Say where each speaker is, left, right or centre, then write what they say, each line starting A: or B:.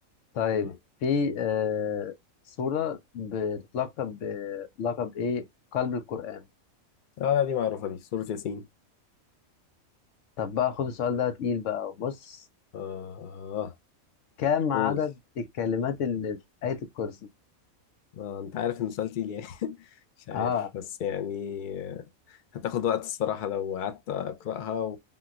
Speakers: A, on the left; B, on the left.
A: طيب
B: امم
A: في أه... سورة بتتلقب بلقب إيه؟ قلب القرآن
B: اه لا دي معروفة دي سورة ياسين
A: طب بقى خد السؤال ده تقيل بقى بص
B: اه آه.
A: كم عدد
B: قول
A: الكلمات اللي في آية الكرسي؟
B: آه انت عارف انه سؤال تقيل يعني <laughs> مش عارف
A: اه
B: بس يعني آه، هتاخد وقت الصراحة لو قعدت اقراها و...